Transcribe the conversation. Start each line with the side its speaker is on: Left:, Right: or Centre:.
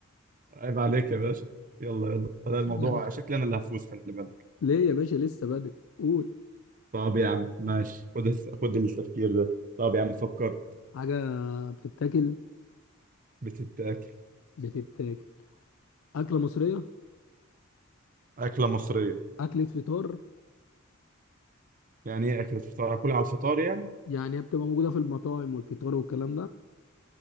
Right: عيب عليك يا باشا يلا يلا ده الموضوع
Left: <laughs>
Right: شكلي انا اللي هفوز خلي بالك
Left: ليه يا باشا لسه بدري قول
Right: طب يا عم ماشي خد الس- خد التفكير ده طب يا عم فكر
Left: حاجة بتتاكل
Right: بتتاكل
Left: بتتاكل أكلة مصرية
Right: اكله مصريه
Left: أكلة فطار
Right: يعني ايه اكله فطار اكلها على الفطار يعني
Left: يعني هي بتبقى موجودة في المطاعم والفطار والكلام ده